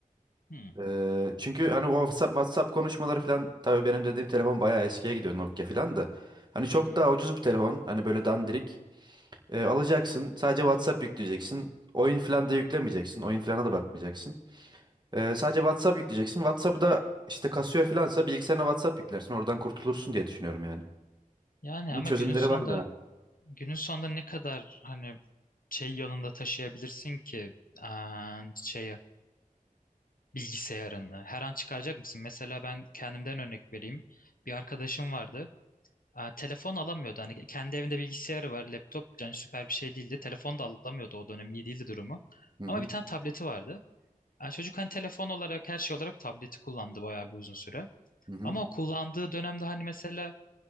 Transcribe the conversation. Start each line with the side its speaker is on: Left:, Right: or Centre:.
Left: Hmm.
Right: Ee, çünkü hani WhatsApp WhatsApp konuşmaları falan tabii benim dediğim telefon bayağı eskiye gidiyor Nokia falan da. Hani çok
Left: Hı hı.
Right: daha ucuz bir telefon. Hani böyle dandirik. E, alacaksın. Sadece WhatsApp yükleyeceksin. Oyun falan da yüklemeyeceksin. Oyun falan da bakmayacaksın. E, sadece WhatsApp yükleyeceksin. WhatsApp'ı da işte kasıyor falansa bilgisayarına WhatsApp yüklersin. Oradan kurtulursun diye düşünüyorum yani.
Left: Yani
Right: Bunun
Left: ama
Right: çözümleri
Left: günün sonunda
Right: var da.
Left: günün sonunda ne kadar hani şey yanında taşıyabilirsin ki aa, şeye bilgisayarını her an çıkaracak mısın? Mesela ben kendimden örnek vereyim. Bir arkadaşım vardı. Aa, telefon alamıyordu. Hani kendi evinde bilgisayarı var, laptop yani süper bir şey değildi. Telefon da alamıyordu o dönem iyi değildi durumu.
Right: Hı hı.
Left: Ama bir tane tableti vardı. Yani çocuk hani telefon olarak her şey olarak tableti kullandı bayağı bir uzun süre.
Right: Hı hı.
Left: Ama o kullandığı dönemde hani mesela